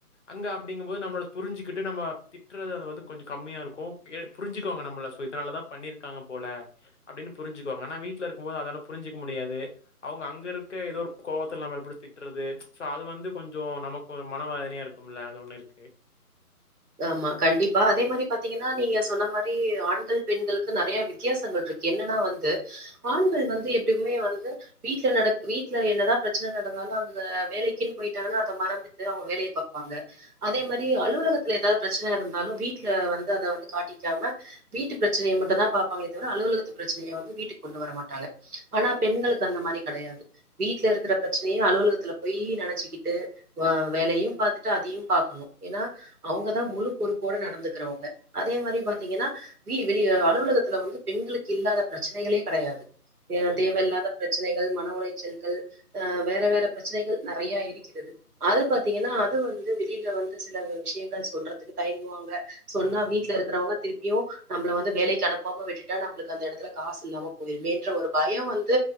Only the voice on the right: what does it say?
ஆம்மா கண்டிப்பா அதே மாரி பாத்தீங்கன்னா நீங்க சொன்ன மாரி ஆண்கள் பெண்களுக்கு நெறையா வித்தியாசங்கள் இருக்கு என்னன்னா வந்து ஆண்கள் வந்து எப்டிவுமே வந்து வீட்ல நடக் வீட்டுல என்னதா பிரச்சன நடந்தாலு அங்க வேலைக்குன்னு போயிட்டாங்கன்னா அத மறந்துட்டு அவுங்க வேலைய பாப்பாங்க அதே மாரி அலுவலகத் துல்ல எதாவுது பிரச்சன இருந்தாலு வீட்டுல வந்து அத வந்து காட்டிக்காம வீட்டு பிரச்சினையை மட்டும்தா பாப்பாங்களே தவிர அலுவலகத்து பிரச்சினைய வந்து வீட்டுக் கொண்டு வர மாட்டாங்க அனா பெண்களுக்கு அந்த மாரி கெடையாது வீட்டுல இருக்கிற பிரச்சினையு அலுவலகத்துல போய் நெனச்சுக்கிட்டு வா வேலையு பாத்துட்டு அதையும் பாக்கணு ஏன்னா அவுங்கதா முழு பொறுப்போட நடந்துக்குறவங்க அதே மாரி பாத்தீங்கின்னா வி வெளிய அலுவலகத்துல வந்து பெண்களுக்கு இல்லாத பிரச்சினைகளே கெடையாது தேவ்
தேவையில்லாத பிரச்சினைகள் மன உளைச்சல் கள் அ வேற வேற பிரச்சினைகள் நெறயா இருக்கிறது அது பாத்தீங்கன்னா அது வந்து வெளியில வந்து சில விஷயங் ல சொல்றதுக்கு தயங்குவாங்க சொன்னா
வீட்ல இருக்குறவங்க திருப்பியு நம்முள்ள வந்து வேலைக்கு அனுப்பாம விட்டுட்டா நம்ளுக்கு அந்த எடத்துல காசு இல்லாம போயிருமேன்ற ஒரு பயோ வந்து